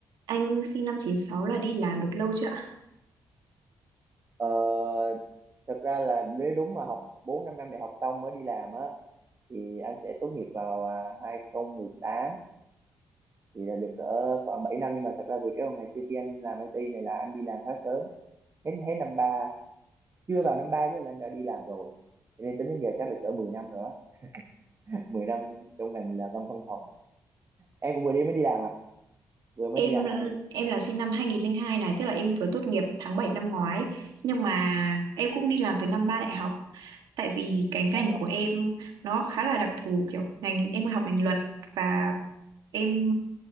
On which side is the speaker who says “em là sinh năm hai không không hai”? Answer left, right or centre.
Right